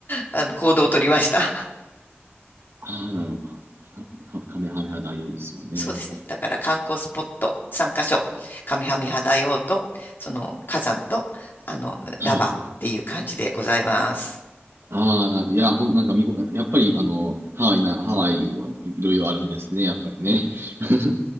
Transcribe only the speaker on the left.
あの行動を取りました。<laughs>
そうですね。だから観光スポット3カ所。上半身肌用と、その火山と、あの、
ラバーっていう感じでございます。